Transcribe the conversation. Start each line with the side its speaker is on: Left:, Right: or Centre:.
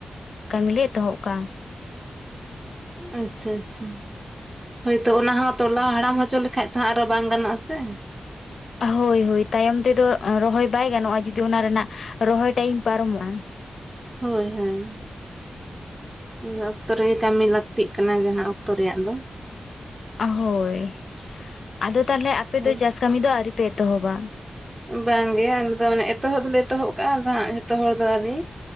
Left: ᱠᱟᱹᱢᱤ ᱞᱮ ᱮᱛᱚᱦᱚᱵ ᱠᱟᱜᱼᱟ᱾
Right: ᱟᱪᱪᱷᱟ ᱟᱪᱪᱷᱟ᱾ ᱦᱳᱭᱛᱚ ᱚᱱᱟ ᱦᱚᱸ ᱛᱚᱞᱟ ᱦᱟᱲᱟᱢ ᱦᱚᱪᱚ ᱞᱮᱠᱷᱟᱡ ᱛᱚ ᱟᱨᱚ ᱵᱟᱝ ᱜᱟᱱᱚᱜᱼᱟ ᱥᱮ᱾
Left: ᱦᱳᱭ ᱦᱳᱭ ᱛᱟᱭᱚᱢ ᱛᱮᱫᱚ ᱨᱚᱦᱚᱭ ᱵᱟᱭ ᱜᱟᱱᱚᱜᱼᱟ ᱡᱩᱫᱤ ᱚᱱᱟ ᱨᱮᱱᱟᱜ ᱨᱚᱦᱚᱭ ᱴᱟᱭᱤᱢ ᱯᱟᱨᱚᱢᱚᱜᱼᱟ᱾
Right: ᱦᱳᱭ ᱦᱳᱭ᱾ ᱚᱱᱟ ᱚᱠᱛᱚ ᱨᱮᱜᱮ ᱠᱟᱢᱤ ᱞᱟᱠᱛᱤᱜ ᱠᱟᱱᱟ ᱡᱟᱸᱦᱟᱸ ᱚᱠᱛᱚ ᱨᱮᱭᱟᱜ ᱫᱚ᱾
Left: ᱦᱳᱭ᱾ ᱟᱫᱚ ᱛᱟᱦᱞᱮ ᱟᱯᱮ
Right: ᱦᱳᱭ
Left: ᱫᱚ ᱪᱟᱥ ᱠᱟᱢᱤ ᱫᱚ ᱟᱣᱨᱤ ᱯᱮ ᱮᱛᱚᱦᱚᱵᱟ?
Right: ᱵᱟᱝᱜᱮ ᱟᱞᱮ ᱫᱚ ᱢᱟᱱᱮ ᱮᱛᱚᱦᱚᱵ ᱫᱚᱞᱮ ᱮᱛᱚᱦᱚᱵ ᱠᱟᱜᱼᱟ ᱟᱫᱚ ᱦᱟᱸᱜ ᱡᱚᱛᱚ ᱦᱚᱲ ᱫᱚ ᱟᱣᱨᱤ᱾